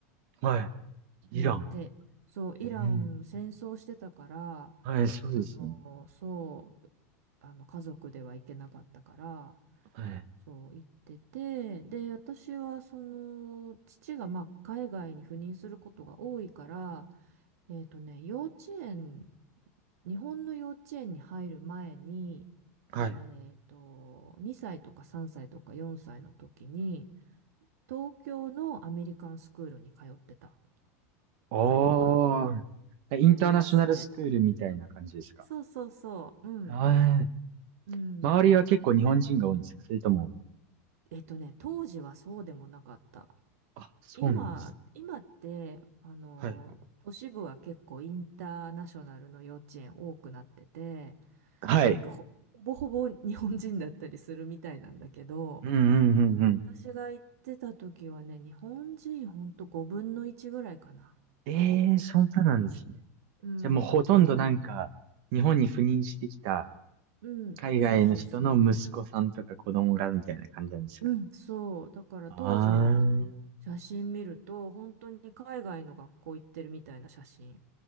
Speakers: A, on the right; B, on the right.
A: はい。
B: うん。
A: イラン。
B: で、そう、イラン戦争してたから、
A: ええはい、そうですよね。
B: あの、そう、あの、家族では行けなかったから、
A: はい。
B: そう、行ってて、で、私は、その、父が、まあ、海外に赴任することが多いから、えっとね、幼稚園日本の幼稚園に入る前に、
A: はい。
B: えっと、2歳とか3歳とか4歳の時に、東京のアメリカンスクールに通ってた。
A: おー、
B: 通わ、
A: インターナショナルスクールみたいな感じですか
B: 通わされた。そうそうそう、うん、
A: はい。
B: うん。
A: 周りは結構日本人が多いんですかそれとも、
B: えっとね、当時はそうでもなかった。
A: あ、そうなんです。
B: 今、今って、あの、
A: はい。
B: 都市部は結構インターナショナルの幼稚園多くなってて、
A: はい。
B: なんかほ、ほぼほぼ日本人だったりするみたいなんだけど、
A: うんうんうん
B: 私が行ってた時はね、日本人ほんと5分の1ぐらいかな。
A: ええそんななんですね。
B: うん、
A: じゃあもうほとんどなんか、
B: だから、
A: 日本に赴任してきた
B: うん、
A: 海外の人の息子さんとか子供がみたいな感じなんですかね。
B: そうそうそう。うん、そう。だから当時の
A: あー、
B: 写真見ると、本当に海外の学校行ってるみたいな写真。